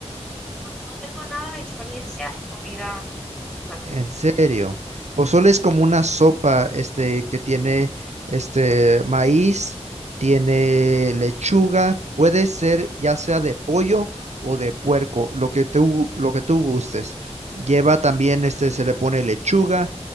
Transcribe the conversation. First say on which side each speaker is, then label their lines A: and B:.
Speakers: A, in the centre; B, on the right (about 80°).
A: no, no tengo nada de experiencia en comida mexicana,
B: En
A: la verdad.
B: serio, pozole es como una sopa, este, que tiene, este, maíz, tiene lechuga,
A: ¿Mm?
B: puede ser ya sea de pollo o de puerco, lo que tú, lo que tú gustes. Lleva también, este, se le pone lechuga,